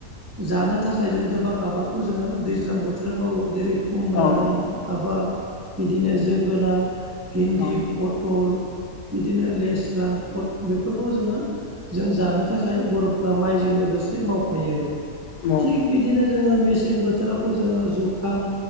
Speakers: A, on the right; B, on the left.
A: जानो थाखाय जों गोबां आबादखौ जोङो दैज्लां बोथोराव मावो जेरै खुमब्रानि
B: औ
A: आबाद बिदिनो जोगोनार भिन्दि
B: औ
A: पटल बिदिनो लेस्रा पट बेफोरखौ जोंङो जों जानो थाखाय बर'फ्रा माइजों लोगोसे मावफायो
B: औ
A: थिग बिदिनो जोंङो मेसें बोथोरावबो जोङो जुखाम